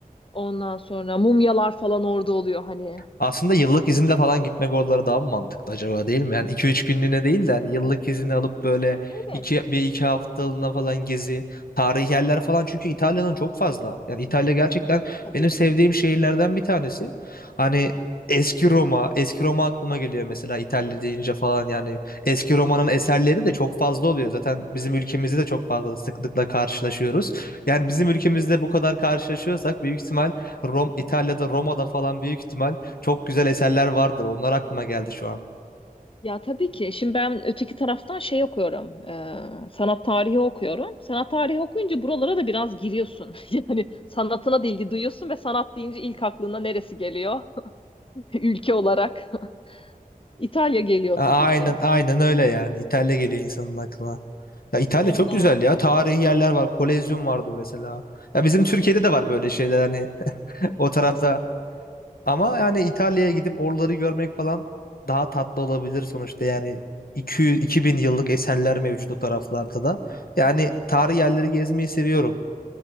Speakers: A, on the left; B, on the left.
A: Ondan sonra mumyalar falan orada oluyor hani.
B: Aslında yıllık izinde falan gitmek oralara daha mı mantıklı acaba değil mi? Yani iki üç günlüğüne değil de hani yıllık izini alıp böyle
A: Evet.
B: iki, bir iki haftalığına falan gezi, tarihi yerler falan. Çünkü İtalya'nın çok fazla. Yani İtalya gerçekten
A: Tabii.
B: benim sevdiğim şehirlerden bir tanesi. Hani eski Roma, eski Roma aklıma geliyor mesela İtalya deyince falan yani. Eski Roma'nın eserleri de çok fazla oluyor. Zaten bizim ülkemizde de çok fazla sıklıkla karşılaşıyoruz. Yani bizim ülkemizde bu kadar karşılaşıyorsak büyük ihtimal Rom, İtalya'da, Roma'da falan büyük ihtimal çok güzel eserler vardır. Onlar aklıma geldi şu an.
A: Ya tabii ki. Şimdi ben öteki taraftan şey okuyorum. e, sanat tarihi okuyorum. Sanat tarihi okuyunca buralara da biraz giriyorsun. <laughs> Yani sanatına da ilgi duyuyorsun ve sanat deyince ilk aklına neresi geliyor? <laughs> Ülke olarak. İtalya geliyor
B: A- Aynen
A: tabii ki.
B: aynen öyle yani. İtalya geliyor insanın aklına. Ya İtalya
A: Ondan.
B: çok güzel
A: s-
B: ya. Tarihi yerler var. Kolezyum vardı mesela. Ya bizim Türkiye'de de var böyle şeyler hani <laughs> o tarafta. Ama yani İtalya'ya gidip oraları görmek falan daha tatlı olabilir sonuçta. Yani 200, bin yıllık eserler mevcut o taraflarda da. Yani tarihi yerleri gezmeyi seviyorum.